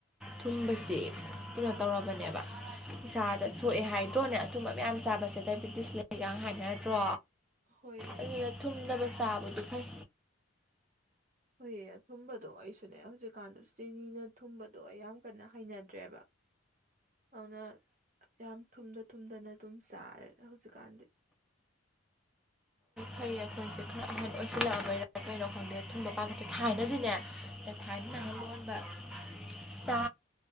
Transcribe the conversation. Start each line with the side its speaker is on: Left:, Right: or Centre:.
Centre: ꯊꯨꯝꯕꯁꯤ ꯀꯩꯅꯣ ꯇꯧꯔꯕꯅꯦꯕ ꯏꯁꯥꯗ ꯁꯣꯛꯑꯦ ꯍꯥꯏꯗ꯭ꯔꯣꯅꯦ ꯑꯊꯨꯝꯕ ꯃꯌꯥꯝ ꯆꯥꯕꯁꯦ ꯗꯥꯏꯕꯦꯇꯤꯁ ꯂꯩꯩꯒꯥꯡ ꯍꯥꯏꯅꯗ꯭ꯔꯣ
Right: ꯍꯣꯏ
Centre: ꯑꯩꯅ ꯊꯨꯝꯗꯕꯁ ꯆꯥꯕꯗꯤꯐꯩ
Right: ꯍꯣꯏꯌꯦ ꯑꯊꯨꯝꯕꯗꯣ ꯑꯩꯁꯨꯅꯦ ꯍꯧꯖꯤꯛꯀꯥꯟꯗꯨ ꯆꯤꯅꯤꯅ ꯊꯨꯝꯕꯗꯣ ꯑꯩ ꯌꯥꯝ ꯀꯟꯅ ꯍꯩꯅꯗ꯭ꯔꯦꯕ ꯑꯗꯨꯅ ꯌꯥꯝ ꯊꯨꯝꯗ ꯊꯨꯝꯗꯅ ꯑꯗꯨꯝ ꯆꯥꯔꯦꯗ ꯍꯧꯖꯤꯛꯀꯥꯟꯗꯤ
Centre: ꯐꯩ ꯑꯩꯈꯣꯏꯁꯦ ꯈꯔ ꯑꯍꯟ ꯑꯣꯏꯁꯤꯜꯂꯛꯑꯕꯩꯔꯥ ꯀꯩꯅꯣ ꯈꯪꯗꯦ ꯑꯊꯨꯝꯕ ꯄꯥꯝꯕꯗ꯭ꯔꯦ ꯊꯥꯏꯅꯗꯤꯅꯦ ꯑꯦ ꯊꯥꯏꯅꯅ ꯅꯪꯅ ꯂꯣꯟꯕ ꯆꯥ